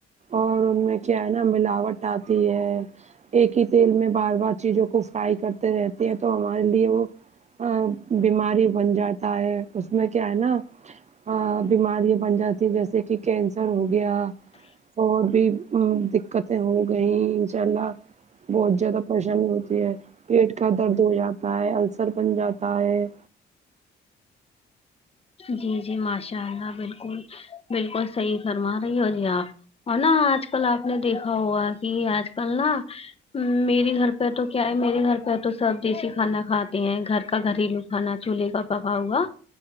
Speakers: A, on the right; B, on the left.
A: اور ان میں کیا ہے نا ملاوٹ آتی ہے ایک ہی تیل میں بار بار چیزوں کو فرائی کرتے رہتے ہیں تو ہمارے لیے وہ ا بیماری بن جاتا ہے اس میں کیا ہے نا ہاں بیماریاں بن جاتی ہیں جیسے کہ کینسر ہو گیا اور بھی دقتیں ہو گئیں انشاء اللہ بہت زیادہ پریشانی ہوتی ہے پیٹ کا درد ہو جاتا ہے السر بن جاتا ہے
B: جی جی ماشاء اللہ بالکل بالکل صحیح فرما رہی ہو جی آپ اور نا آج کل آپ نے دیکھا ہوا کہ آج کل نا میرے گھر پہ تو کیا ہے میرے گھر پہ تو سب دیسی کھانا کھاتے ہیں گھر کا گھر ہی لوگ کھانا چولہے کا پکا ہوا